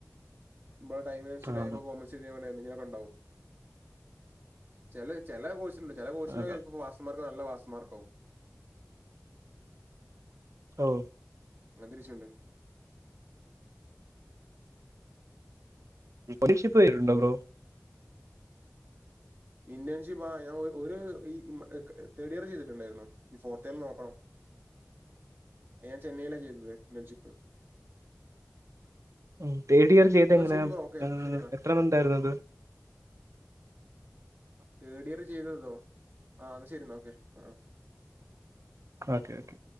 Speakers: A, on the right; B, on the right.
A: നമ്മടെ ടൈമിനച്
B: ആഹ്
A: ടൈമ് കോമ്പൻസേറ്റ് ചെയ്യാൻ വേണ്ടി എന്തെങ്കിലുമക്കെ ഉണ്ടാവും ചില ചില കോഴ്സുണ്ട് ചില കോഴ്സിന്
B: അതാ
A: ചിലപ്പോ പാസ്മാർക്ക് നല്ലപാസ്മാർക്ക് ആവും
B: ഹലോ
A: അങ്ങനതൊരു ഇഷ്യൂ ഒണ്ട്
B: ഇന്റൺശിപ്പ് കയ്യില്ണ്ടോ ബ്രോ?
A: ഇന്റേൺഷിപ്പ് ആ ഞാൻ ഒരു ഈ മ് ക്ക് തേർഡിയർ ചെയ്തിട്ടുണ്ടായിരുന്നു ഇഞ് ഫോർത്തിയറ് നോക്കണം. അത് ഞാൻ ചെന്നൈയിലാ ചെയ്തത് ഇന്റെൺഷിപ്പ്
B: മ്മ് തേർഡിയർ ചെയ്ത
A: എന്നാ
B: എങ്ങനെയാ
A: ശരി ബ്രോ ഓക്കെ
B: ആ
A: ശരി എന്നാ
B: എത്ര മന്തായിരുന്നു അത്
A: തേർഡ് ഇയർ ചെയ്തതോ ആ എന്ന ശരി എന്നാ ഓക്കെ ആ
B: ഓക്കെ ഓക്കെ